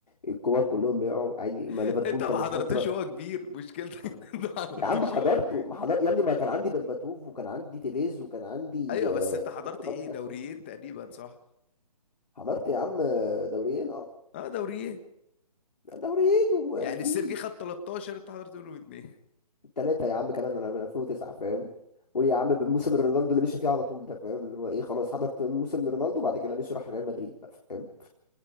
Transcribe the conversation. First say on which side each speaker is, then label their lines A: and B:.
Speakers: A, on the left; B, on the left.
A: الكور كلهم بيقعوا عادي
B: <laughs>
A: ما ليفربول
B: انت ما
A: كانوا
B: حضرتوش
A: في فتره
B: وهو كبير مشكلتك <laughs> انت ما حضرتوش
A: يا عم حضرته
B: وهو كبير
A: ما حضرت يا ابني ما كان عندي برباتوف وكان عندي تيفيز وكان عندي
B: ايوه بس
A: آه،
B: انت حضرت
A: رونالدو
B: ايه
A: في
B: دوريين
A: اخره
B: تقريبا صح
A: حضرت يا عم آه، دوريين اه
B: اه دوريين
A: دوريين وفي
B: يعني السيرجي خد 13 انت حضرت منهم اتنين <laughs>
A: ثلاثة يا عم كمان انا من 2009 فاهم قول يا عم بالموسم رونالدو اللي مشي فيه على طول ده فاهم اللي هو ايه خلاص حضرت موسم لرونالدو بعد كده مشي راح ريال مدريد بقى فاهم